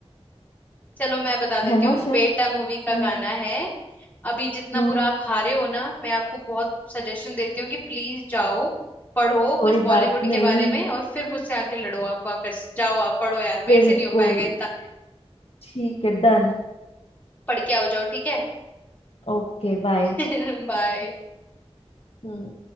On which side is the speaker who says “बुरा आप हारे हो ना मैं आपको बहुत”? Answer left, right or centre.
Left